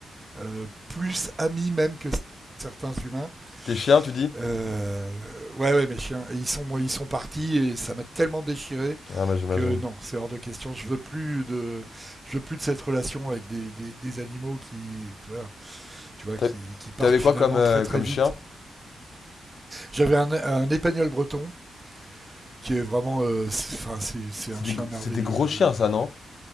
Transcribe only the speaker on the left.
Tes chiens, tu dis?
Ah, bah, j'imagine.
T'as-
T'avais quoi
comme, euh,
comme
chien?
C'est
des, gr-
c'est des gros chiens,
ça, non?